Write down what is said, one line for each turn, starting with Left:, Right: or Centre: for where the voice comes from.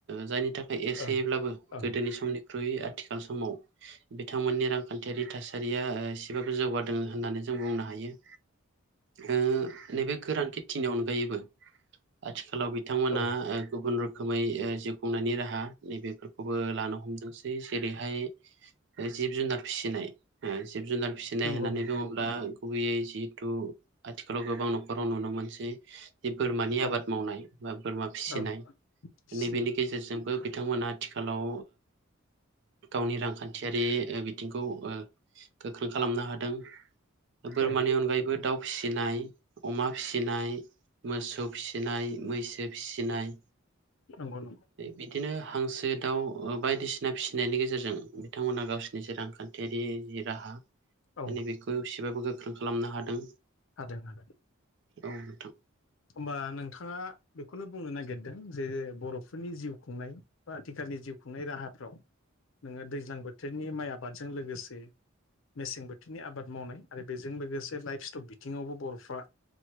Right: जायनि थाखाय ओमफ्राय एसेब्लाबो
Left: ओं ओं
Right: गोदोनि समनि ख्रुय आथिखाल समाव बिथांमोननि रांखान्थियारि थासारिया एसेबाबो जौगादों होननानै जों बुंनो हायो।
Left: औ,
Right: ओ नैबे गोरान खेथिनि अनगायैबो आथिखाल आथिखालाव बिथांमोना
Left: औ
Right: गुबुन रोखोम। रोखोमै जिउ खुंनायनि राहा नैबेफोरखौबो लानो हमदोंसै जेरैहाय! जिब जुनार फिसिनाय जिब जुनार फिसिनाय
Left: नंगौ
Right: होननानै
Left: नंगौ
Right: बुंङोब्ला गुबैयै जिहेथु आथिखालाव गोबां न'खराव नुनो मोनसै। जि बोरमानि
Left: औ
Right: आबाद मावनाय बा बोरमा फिसिनाय
Left: ओं फिसिनाय
Right: नैबेनि गेजेरजोंबो! बिथांमोना आथिखालाव गावनि रांखान्थियारि बिथिंखौ गोख्रों खालामनो हादों। दं बोरमानि
Left: औ
Right: अनगायैबो दाउ, फिसिनाय अमा, फिसिनाय मोसौ फिसिनाय, मैसो फिसिनाय,
Left: नंगौ नंगौ
Right: बिदिनो हांसो, दाउ बायदिसिना फिसिनायनि गेजेरजों बिथांमोनहा गावसिनि जि रांखान्थियारि जि राहा दा
Left: औ
Right: नैबेखौ एसेबाबो गोख्रों खालामनो हादों।
Left: हादों हादों।
Right: औ नोंथां।
Left: होमबा नोंथांङा बेखौनो बुंनो नागिरदों जे बर'फोरनि जिउ खुंनाय बा आथिखालनि। जिउ खुंनाय राहाफ्राव नोंङो दैज्लां बोथोरनि माइ आबादजों लोगोसे मेसें बोथोरनि आबाद मावनाय आरो बेजों लोगोसे लाइफ स्टक बिथिंङावबो बर'फ्रा